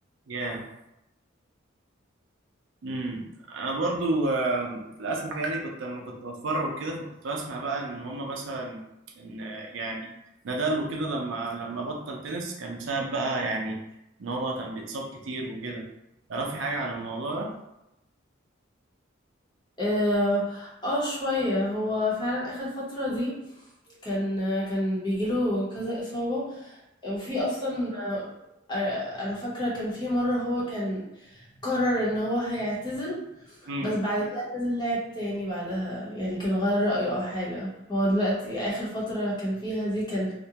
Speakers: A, on the right; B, on the left.
A: يا امم انا برضو آه، للاسف يعني كنت لما كنت بتفرج وكده فكنت بسمع بقى ان هم مثلا ان آه، يعني نادال وكده لما لما بطل تنس كان بسبب بقى يعني ان هو كان بيتصاب كتير وكده تعرفي حاجة عن الموضوع ده
B: اه آه، شوية هو فعلا آخر فترة دي كان كان بيجيله كذا إصابة وفي أصلا آه، أنا فاكرة كان في مرة هو كان قرر إن هو هيعتزل
A: امم
B: بس بعد كده نزل لعب تاني بعدها يعني كان غير رأيه او حاجة هو دلوقتي اخر فترة كان فيها دي كان